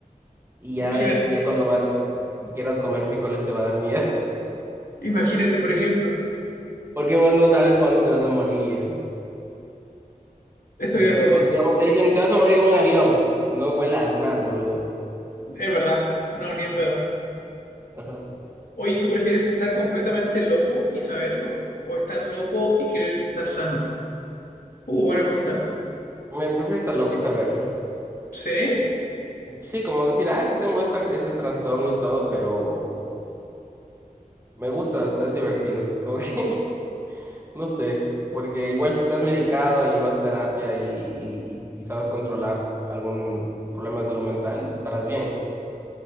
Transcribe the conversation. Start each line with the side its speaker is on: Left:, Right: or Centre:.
Right: Y ya,
Left: imagínate,
Right: ya, ya cuando vas, vas- quieras comer frijoles te va a dar miedo. <laughs>
Left: imagínate, por ejemplo,
Right: Porque vos no sabes cuándo te vas a morir.
Left: estoy
Right: ¿Entiendes?
Left: de acuerdo,
Right: O si digamos, te dicen te vas a morir en un avión. No vuelas más, boludo.
Left: es verdad, no, ni en pedo.
Right: Ajá.
Left: Oye, ¿tú prefieres estar completamente loco y saberlo o estar loco y creer que estás sano? Uh, buena pregunta.
Right: Me prefiero estar loco y saberlo.
Left: Sí,
Right: Sí, como decir, ah, sí tengo esta, este trastorno y todo, pero me gusta, está, es divertido. Como que <laughs> No sé, porque igual si estás medicado y vas a terapia y, y- y- y sabes controlar algún problema de salud mental, estarás bien.